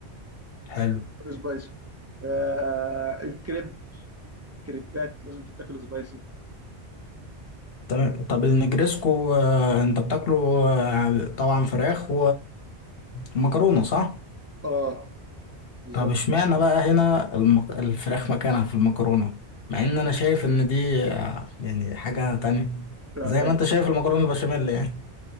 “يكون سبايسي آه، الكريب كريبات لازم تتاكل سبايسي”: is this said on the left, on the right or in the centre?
Right